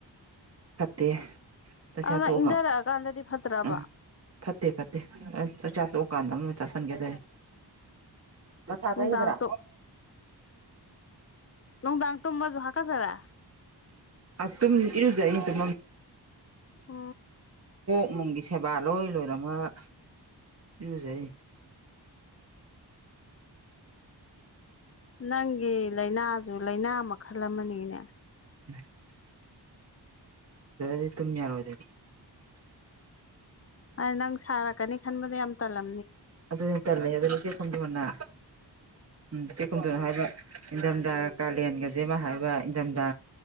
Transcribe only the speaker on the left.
ꯑꯗꯨꯅ
ꯏꯪꯊꯔꯛꯑꯀꯥꯟꯗꯗꯤ ꯐꯠꯇ꯭ꯔꯕ
ꯅꯨꯡꯗꯥꯡ
ꯅꯨꯡꯗꯥꯡ ꯇꯨꯝꯃꯁꯨ ꯍꯥꯀꯠꯆꯔꯦ
ꯑ
ꯅꯪ ꯂꯩꯅꯥꯖꯨ ꯂꯩ ꯂꯥꯏꯅꯥ ꯃꯈꯜ ꯑꯃꯅꯤꯅꯦ
ꯑ ꯅꯪ ꯁꯥꯔꯛꯀꯅꯤ ꯈꯟꯕꯗ ꯌꯥꯝ ꯇꯜꯂꯛ